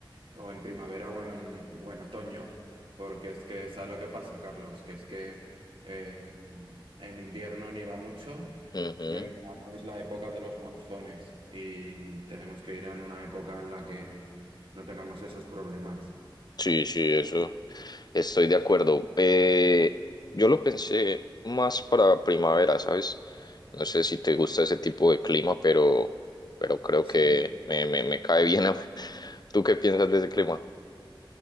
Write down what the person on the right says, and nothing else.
o en primavera o en, o en otoño, porque es que, ¿sabes lo que pasa, Carlos? Que es que em, en invierno nieva mucho
y en verano es la época de los monzones y tenemos que ir en una época en la que no tengamos esos problemas.
Sí,